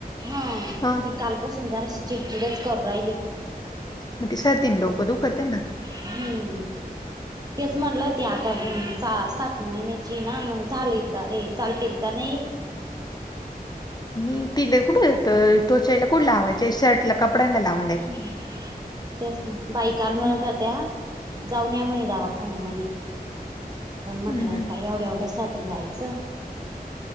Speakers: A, on the right; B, on the left.
A: हा
B: हो
A: ती कालपासून जराशी चिडचिडच करू राहिली.
B: म ती सर्दिन डोक दुखतय ना.
A: हम्म तेच म्हणलं ती अं आता सा सात महिन्याचीय ना मग झाली का एक चालतील का नई
B: मी तिले कुठं तं तोचैला कुट लावायच्या शर्ट ला कपड्यांला लाव.
A: हम्म तेच ना बाई काल‌ म्हणत
B: हम्म
A: होत्या जाऊन या म्हणे दावाखान्यामध्ये पण म्हटलं
B: हम्म
A: काय एवड्या एवड्या साठी जायचं.